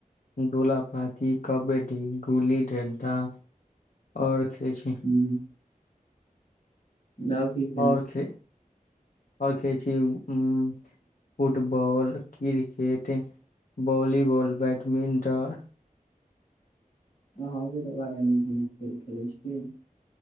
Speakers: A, on the left; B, on the left.
A: डोला पाती कब्बडी गुली डंटा और खे दै छी
B: उम्म और की खेले
A: आओर
B: छी
A: खे आओर खेलै छी उँ football, cricket, volleyball, badminton.
B: हँ अहूँ तऽ बारा नीक-नीक खेल खेलैत छी।